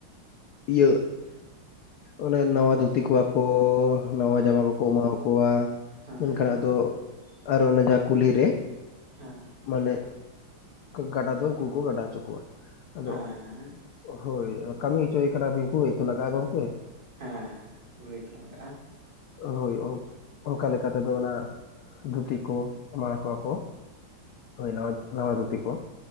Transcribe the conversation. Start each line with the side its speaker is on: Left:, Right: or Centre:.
Left: ᱤᱭᱟᱹ ᱚᱱᱮ ᱱᱟᱣᱟ ᱫᱷᱩᱛᱤ ᱠᱚᱣᱟ ᱠᱚ᱾ ᱱᱟᱣᱟ
Right: ᱦᱳᱭ
Left: ᱡᱟᱢᱟ ᱠᱚᱠᱚ ᱮᱢᱟᱣᱟ ᱠᱚᱣᱟ
Right: ᱦᱮᱸ
Left: ᱢᱮᱱᱠᱷᱟᱱ
Right: ᱦᱮᱸ
Left: ᱟᱫᱚ ᱟᱨ ᱚᱱᱮ ᱡᱟᱦᱟᱸ ᱠᱩᱞᱦᱤ ᱨᱮ
Right: ᱦᱮᱸ᱾
Left: ᱢᱟᱱᱮ ᱜᱟᱰᱟ ᱫᱚ ᱩᱱᱠᱩᱠᱚ ᱜᱟᱰᱟ ᱦᱚᱪᱚ ᱠᱚᱣᱟ ᱟᱫᱚ
Right: ᱦᱮᱸ ᱦᱮᱸ
Left: ᱦᱳᱭ ᱠᱟᱹᱢᱤ ᱦᱚᱪᱚᱭᱮ ᱠᱟᱱᱟ ᱵᱤᱱ ᱠᱩᱲᱟᱹᱭ ᱛᱚ ᱞᱟᱜᱟᱜᱼᱟ ᱜᱚᱢᱠᱮ᱾
Right: ᱦᱮᱸ ᱦᱮᱸ ᱜᱩᱲᱟᱹᱭ ᱛᱚ ᱞᱟᱜᱟᱜᱼᱟ᱾
Left: ᱦᱳᱭ ᱚᱱᱠᱟ ᱞᱮᱠᱟ ᱛᱮᱫᱚ ᱚᱱᱟ ᱫᱷᱩᱛᱤ ᱠᱚ ᱮᱢᱟ ᱠᱚᱣᱟ ᱠᱚ᱾ ᱦᱳᱭ ᱱᱟᱣᱟ ᱱᱟᱣᱟ ᱫᱷᱩᱛᱤ ᱠᱚ᱾